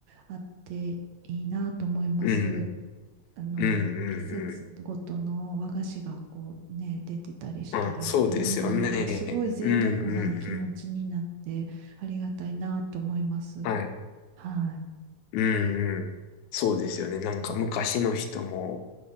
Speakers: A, on the right; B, on the left.
A: あっていいなと思います。
B: うん。
A: あの、
B: うんうんうん。
A: 季節ごとの和菓子がこうね、出てたりしたら、
B: あ、そうですよね。
A: うん、なんかすごい贅沢な気持ちになってありがたいなと思います。
B: うんうんうん。はい。
A: はい。
B: うんうん。そうですよね。なんか昔の人も、
A: ね